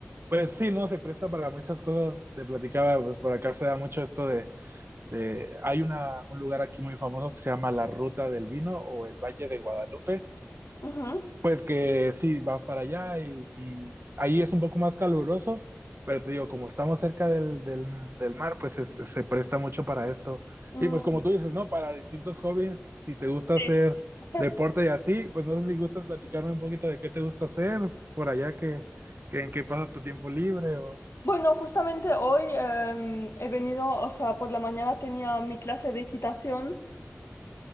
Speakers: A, on the right; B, on the left.
A: Pues sí, no, se presta para muchas cosas. Te platicaba, pues por acá se da mucho esto de, de- hay una, un lugar aquí muy famoso que se llama La Ruta del Vino o el Valle de Guadalupe,
B: Ujú.
A: pues que sí, vas para allá y, y ahí es un poco más caluroso, pero te digo, como estamos cerca del, del, del mar, pues es- se presta mucho para esto.
B: Mm,
A: Y pues como tú dices, ¿no? Para distintos hobbies, si te gusta
B: sí.
A: hacer
B: <laughs>
A: deporte y así, pues no sé si gustas platicarme un poquito de qué te gusta hacer por allá, que, que en qué pasas tu tiempo libre o...
B: Bueno, justamente hoy em, he venido, o sea, por la mañana tenía mi clase de equitación